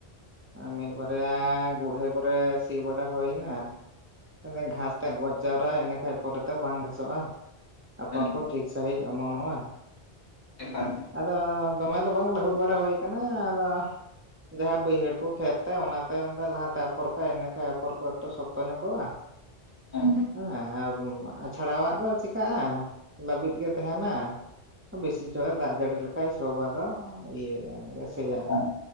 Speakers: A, on the right; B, on the left.
A: ᱢᱤᱫ ᱵᱟᱨᱭᱟ ᱜᱩᱲᱦᱟᱹ ᱠᱚᱨᱮ ᱥᱤ ᱵᱟᱲᱟ ᱦᱩᱭᱱᱟ, ᱢᱮ ᱜᱷᱟᱥᱛᱮ ᱜᱚᱡ ᱡᱟᱣᱨᱟ ᱤᱱᱟ ᱠᱷᱟᱡ ᱯᱚᱨᱮᱛᱮ ᱵᱟᱝ ᱜᱷᱟᱥᱚᱜᱼᱟ᱾ ᱟᱯᱷᱚᱨ
B: ᱦᱮᱸ
A: ᱠᱚ ᱴᱷᱤᱠ ᱥᱟᱹᱦᱤᱡ ᱚᱢᱚᱱᱚᱜᱼᱟ᱾
B: ᱮᱠᱟᱞ᱾
A: ᱟᱫᱚ ᱫᱚᱢᱮ ᱫᱚ ᱵᱟᱝ ᱞᱟᱹᱦᱩᱵ ᱵᱟᱲᱟ ᱦᱩᱭ ᱠᱟᱱᱟ ᱟᱫᱚ ᱡᱟᱦᱟᱸ ᱵᱟᱹᱭᱦᱟᱹᱲ ᱠᱚ ᱠᱷᱮᱛ ᱛᱮ ᱚᱱᱟᱛᱮ ᱞᱟᱦᱟᱛᱮ ᱟᱯᱷᱚᱨ ᱠᱟᱜ ᱤᱱᱟᱠᱷᱟᱡ ᱟᱯᱷᱚᱨ ᱠᱚ ᱮᱠᱴᱩ ᱥᱚᱠᱛᱚ ᱧᱚᱜᱚᱜᱼᱟ᱾
B: <unintelligible>
A: ᱦᱮᱸ ᱟᱨ ᱪᱷᱟᱲᱟᱣᱟᱜ ᱫᱚ ᱪᱤᱠᱟᱹᱜᱼᱟ ᱞᱟᱹᱵᱤᱫ ᱜᱮ ᱛᱟᱦᱮᱱᱟ ᱵᱮᱥᱤ ᱡᱚᱨᱮ ᱫᱟᱜ ᱡᱟᱹᱲᱤ ᱞᱮᱠᱷᱟᱡ ᱥᱚᱵᱷ ᱟᱫᱚ ᱤᱭᱟᱹᱭᱮᱱᱜᱮ ᱥᱮᱭᱟᱜ-ᱟ
B: ᱮᱠᱟᱞ